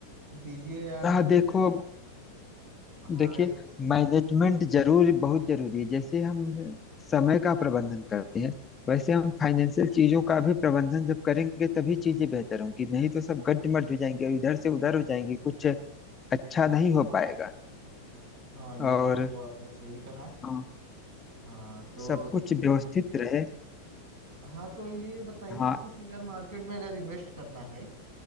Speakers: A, on the right; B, on the left.
A: दीजिए यार
B: हाँ
A: हमें
B: देखो
A: मतलब सु- हाँ
B: देखिए
A: एक
B: मैनेजमेंट जरूरी बहुत जरूरी है जैसे हम समय का प्रबंधन करते हैं वैसे हम फाइनेंशियल चीजों का भी प्रबंधन जब करेंगे तभी चीजें बेहतर होंगी नहीं तो सब गड्डमड हो जाएंगे और इधर से उधर हो जाएंगे कुछ अच्छा नहीं हो पाएगा
A: हाँ ये
B: और
A: बात तो आपने सही कहा
B: हाँ,
A: हाँ तो
B: सब कुछ व्यवस्थित रहे
A: हाँ तो ये बताइए
B: हाँ
A: जैसे शेयर मार्केट में अगर इन्वेस्ट करना है